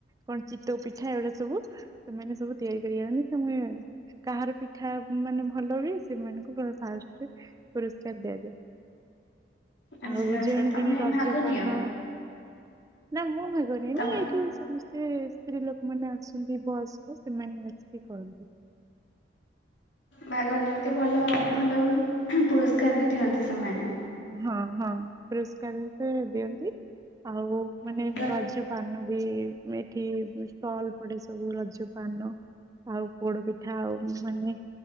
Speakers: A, on the right; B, on the left.
A: କଣ ଚିତ୍ଉ ପିଠା ଏଇଗୁଡା ସବୁ ସେମାନେ ସବୁ ତିଆରି କରିକି ଆଣନ୍ତି, ତୁମେ କାହାର ପିଠା ମାନେ ଭଲ ହୁଏ? ସେମାନଙ୍କୁ ଫାଷ୍ଟରେ ପୁରସ୍କାର ଦିଆଯାଏ।
B: ଆଚ୍ଛା
A: ଆଉ
B: ଆଚ୍ଛା
A: ଜଣେ
B: ତମେ
A: ଜଣେ ରଜ
B: ଭାଗ
A: ପାନ।
B: ନିଅ
A: ନା, ମୁଁ ଭାଗ ନିଏନି
B: ତମେ
A: ଏଇଠି ସମସ୍ତ ସେ ସ୍ତ୍ରୀ ଲୋକମାନେ ଆସନ୍ତି ବୟସ୍କ, ସେମାନେ ଆସିକି କରନ୍ତି।
B: ଭାଗ ନିଅନ୍ତି, ଭଲ ଭଲ ପୁରସ୍କାର ବି ଦିଅନ୍ତି ସେମାନେ।
A: ହଁ, ହଁ, ପୁରସ୍କାର ସେ ଦିଅନ୍ତି। ଆଉ ମାନେ
B: ର
A: ରଜ ପାନ ବି ଏଠି ଷ୍ଟଲ୍ ପଡେ, ସବୁ ରଜ ପାନ। ଆଉ ପୋଡ ପିଠା, ଆଉ ମାନେ